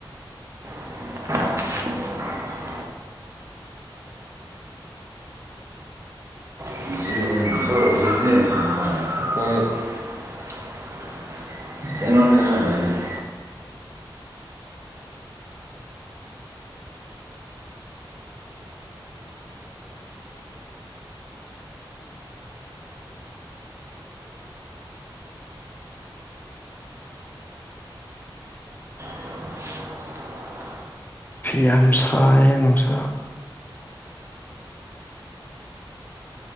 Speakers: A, on the right (about 35°); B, on the left (about 20°).
A: <unintelligible> ꯖꯤꯕ ꯁꯅꯤ ꯑꯩꯣꯏ ꯌꯦꯉ <unintelligible>
B: ꯌꯥꯝ ꯁꯥꯏ ꯍ ꯅꯨꯡꯁꯥ